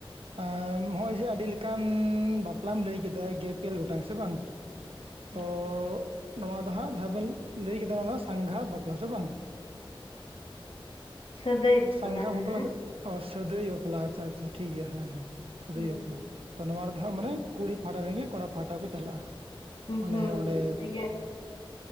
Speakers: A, on the right; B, on the left.
A: ᱮᱸᱻ ᱱᱚᱜ ᱚᱭ ᱡᱮ ᱟᱹᱰᱤ ᱞᱮᱠᱟᱱ ᱵᱟᱯᱞᱟᱢ ᱞᱟᱹᱭ ᱠᱮᱫᱟ ᱜᱮᱯᱮᱞ ᱜᱚᱴᱟᱝ ᱥᱮ ᱵᱟᱝ᱾
B: <inaudible>
A: ᱛᱚ ᱱᱚᱣᱟ ᱫᱚ ᱦᱟᱸᱜ ᱡᱟᱦᱟᱸ ᱵᱮᱱ ᱞᱟᱹᱭ ᱠᱮᱫᱟ ᱱᱚᱣᱟ ᱫᱚ ᱥᱟᱸᱜᱷᱟ ᱵᱟᱯᱞᱟ ᱥᱮ ᱵᱟᱝ?
B: ᱥᱟᱹᱫᱟᱹᱭ
A: ᱥᱟᱝᱜᱟᱷᱟ
B: ᱱᱟᱦᱟᱜ
A: ᱵᱟᱯᱞᱟ ᱥᱮ? ᱚ ᱥᱟᱹᱫᱟᱹᱭ ᱵᱟᱯᱞᱟ ᱟᱪᱪᱷᱟ ᱟᱪᱪᱷᱟ ᱴᱷᱤᱠ ᱜᱮᱭᱟ ᱦᱮᱸ ᱦᱮᱸ ᱥᱟᱹᱫᱟᱹᱭ
B: ᱦᱮᱸ
A: ᱵᱟᱯᱞᱟ। ᱛᱚ ᱱᱚᱣᱟ ᱨᱮᱫᱚ ᱦᱸᱟᱜ ᱢᱟᱱᱮ ᱠᱩᱲᱤ ᱯᱟᱦᱴᱟ ᱨᱮᱱᱜᱮ ᱠᱚᱲᱟ ᱯᱟᱦᱴᱟ ᱠᱚ ᱪᱟᱞᱟᱜᱼᱟ।
B: ᱦᱩᱸ
A: ᱢᱟᱱᱮ
B: ᱦᱩᱸ
A: ᱚᱸᱰᱮ
B: ᱤᱭᱟᱹ।